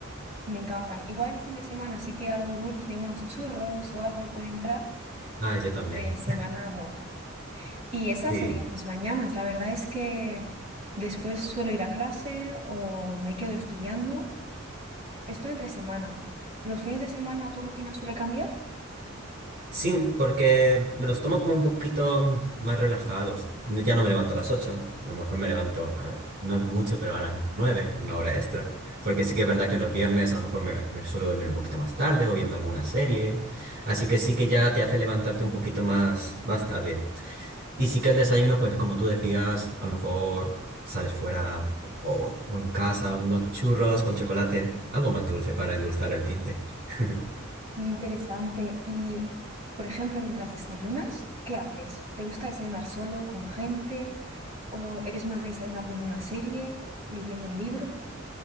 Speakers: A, on the right; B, on the right.
A: Me encantan. Igual el fin de semana sí que algo dulce, unos churros o algo puede entrar,
B: Ah, yo
A: pero
B: también.
A: entre semana no. Y esas
B: Sí.
A: serían mis mañanas. La verdad es que después suelo ir a clase o me quedo estudiando. Esto entre semana. ¿Los fines de semana tu rutina suele cambiar?
B: Sí, porque me los tomo como un poquito más relajados. No- Ya no me levanto a las 8. a lo mejor me levanto, a ver, no es mucho, pero a las 9, una hora extra. Porque sí que es verdad que los viernes a lo mejor me, me suelo dormir un poquito más tarde o viendo alguna serie. Así que sí que ya te hace levantarte un poquito más, más tarde. Y sí que el desayuno, pues como tú decías, a lo mejor sales fuera o, o o en casa, unos churros con chocolate, algo más dulce para endulzar el fin de. <laughs>
A: Muy interesante. Y, por ejemplo, mientras desayunas, ¿qué haces? ¿Te gusta desayunar solo, con gente? ¿O eres más de desayunar viendo una serie, leyendo un libro?